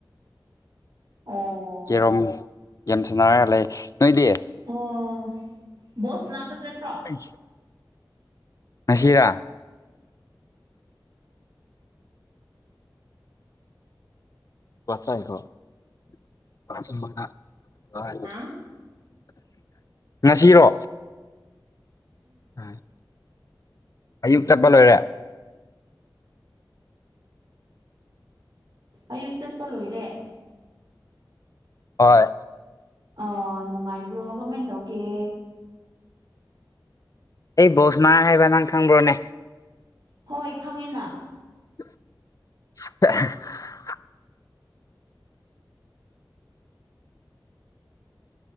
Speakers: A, on the right; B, on the left.
A: ꯑꯣ
B: ꯀꯦꯔꯣꯝ ꯒꯦꯝ ꯁꯟꯅꯔꯒ ꯂꯩ ꯅꯣꯏꯗꯤ
A: ꯑꯣ ꯕꯣꯜ ꯁꯟꯅꯥꯕ ꯆꯠꯄ꯭ꯔꯣ
B: <unintelligible> ꯉꯁꯤꯔꯥ <unintelligible>
A: ꯑꯥ
B: ꯉꯁꯤꯔꯣ ꯎꯝ ꯑꯌꯨꯛ ꯇꯞꯄ ꯂꯣꯏꯔꯦ
A: ꯑꯌꯨꯛ ꯆꯠꯄ ꯂꯣꯏꯔꯦ
B: ꯍꯣꯏ
A: ꯑ ꯅꯨꯡꯉꯥꯏꯕ꯭ꯔꯣ ꯀꯃꯥꯏ ꯇꯧꯒꯦ
B: ꯑꯩ ꯕꯣꯁꯅꯥ ꯍꯥꯏꯕ ꯅꯪ ꯈꯪꯕ꯭ꯔꯣꯅꯦ
A: ꯍꯣꯏ ꯈꯪꯉꯤꯅ
B: <unintelligible>